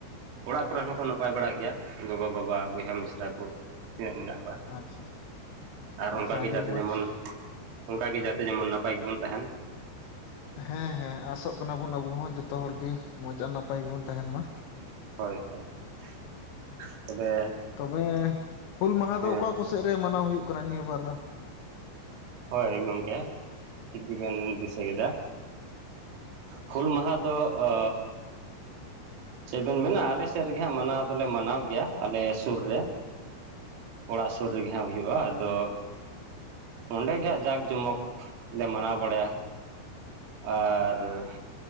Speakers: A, on the right; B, on the left.
A: ᱚᱲᱟᱜ ᱠᱚᱨᱮ ᱦᱚᱸᱠᱚ ᱱᱟᱯᱟᱭ ᱵᱟᱲᱟ ᱜᱮᱭᱟ ᱜᱚᱜᱚ ᱵᱟᱵᱟ ᱵᱚᱭᱦᱟ ᱢᱤᱥᱨᱟ ᱠᱚ ᱛᱤᱱᱟᱹᱜ ᱢᱮᱱᱟᱜ ᱠᱚᱣᱟ
B: ᱟᱪᱪᱷᱟ
A: ᱾ ᱟᱨ
B: ᱟᱪᱪᱷᱟ
A: ᱚᱱᱠᱟᱜᱮ
B: ᱟᱹᱰᱤ
A: ᱡᱟᱛᱮ
B: ᱢᱚᱸᱡᱽ
A: ᱡᱮᱢᱚᱱ ᱚᱝᱠᱟᱜᱮ ᱡᱟᱛᱮ ᱡᱮᱢᱚᱱ ᱱᱟᱯᱟᱭ ᱜᱮᱵᱚᱱ ᱛᱟᱦᱮᱸᱱ ᱾
B: ᱦᱮᱸ ᱦᱮᱸ ᱟᱥᱚᱜ ᱠᱟᱱᱟ ᱵᱚᱱ ᱟᱵᱩ ᱦᱚᱸ ᱡᱚᱛᱚ ᱦᱚᱲ ᱜᱮ ᱢᱚᱸᱡᱽ ᱟᱨ ᱱᱟᱯᱟᱭ ᱜᱮᱵᱚᱱ ᱛᱟᱦᱮᱸᱱ ᱢᱟ ᱾
A: ᱦᱳᱭ ᱦᱳᱭ, ᱥᱚᱜ, -ᱥᱚᱜ ᱛᱚᱵᱮ
B: ᱛᱚᱵᱮ, ᱦᱩᱞ ᱢᱟᱦᱟ ᱫᱚ
A: ᱦᱮᱸ
B: ᱚᱠᱟ ᱠᱚᱥᱮᱫ ᱨᱮ ᱢᱟᱱᱟᱣ ᱦᱳᱭᱳᱜ ᱠᱟᱱᱟ ᱱᱤᱭᱟᱹ ᱵᱟᱨ ᱫᱚ?
A: ᱦᱳᱭ ᱜᱚᱝᱠᱮ, ᱴᱷᱤᱠ ᱜᱮᱵᱮᱱ ᱫᱤᱥᱟᱹ ᱭᱮᱫᱟ ᱾ ᱦᱩᱞ ᱢᱟᱦᱟ ᱫᱚ ᱚ ᱪᱮᱫ ᱵᱮᱱ ᱢᱮᱱᱟ ᱟᱞᱮ ᱥᱮᱫ ᱨᱮᱜᱮ ᱦᱟᱸᱜ ᱢᱟᱱᱟᱣ ᱫᱚᱞᱮ ᱢᱟᱱᱟᱣ ᱜᱮᱭᱟ ᱟᱞᱮ ᱥᱳᱨ- ᱨᱮ ᱾ ᱚᱲᱟᱜ ᱥᱳᱨ ᱨᱮᱜᱮ ᱦᱟᱸᱜ ᱦᱳᱭᱩᱜ-ᱟ ᱟᱫᱚ ᱚᱸᱰᱮ ᱜᱮ ᱦᱟᱸᱜ ᱡᱟᱠ ᱡᱚᱢᱚᱠ ᱞᱮ ᱢᱟᱱᱟᱣ ᱵᱟᱲᱟᱭᱟ ᱾ ᱟ-ᱨ-ᱨ ᱾